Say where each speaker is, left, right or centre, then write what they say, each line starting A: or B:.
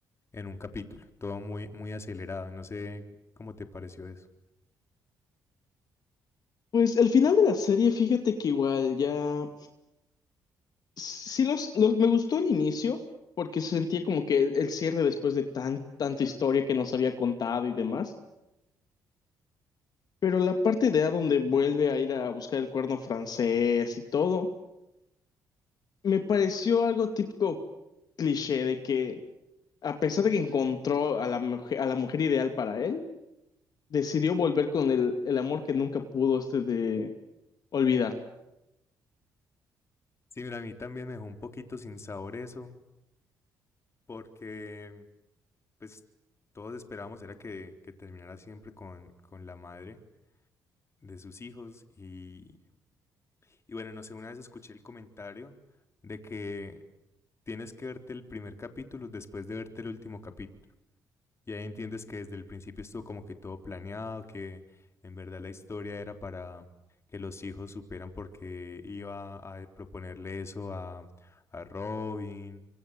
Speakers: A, on the left (about 35°); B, on the left (about 60°).
A: en un capítulo, todo muy, muy acelerado, no sé cómo te pareció eso.
B: Pues el final de la serie, fíjate que igual ya... Sí, los, los, me gustó el inicio porque se sentía como que el, el cierre después de tan, tanta historia que nos había contado y demás. Pero la parte de A donde vuelve a ir a buscar el cuerno francés y todo, me pareció algo típico cliché de que... A pesar de que encontró a la mujer, a la mujer ideal para él, decidió volver con el, el amor que nunca pudo este de olvidar.
A: Sí, mira, a mí también me dejó un poquito sin sabor eso, porque pues todos esperábamos era que, que terminara siempre con, con la madre de sus hijos y, y bueno, no sé, una vez escuché el comentario de que tienes que verte el primer capítulo después de verte el último capítulo. Y ahí entiendes que desde el principio estuvo como que todo planeado, que en verdad la historia era para que los hijos superan porque iba a eh, proponerle eso a, a Robin